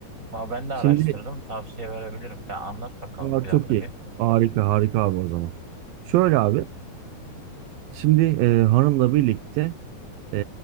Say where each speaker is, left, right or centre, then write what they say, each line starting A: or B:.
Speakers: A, on the right; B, on the right.
A: Aa, ben de araştırdım.
B: Şimdi
A: Tavsiye verebilirim. Sen anlat bakalım
B: Aa,
A: planını
B: çok iyi.
A: bir.
B: Harika harika abi o zaman. Şöyle abi. Şimdi e, hanımla birlikte e,